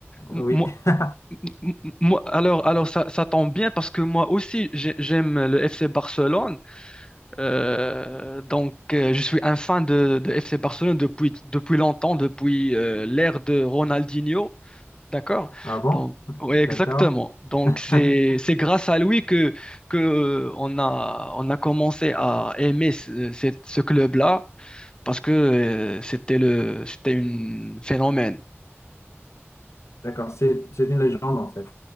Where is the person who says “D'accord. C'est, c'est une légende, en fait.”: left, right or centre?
Left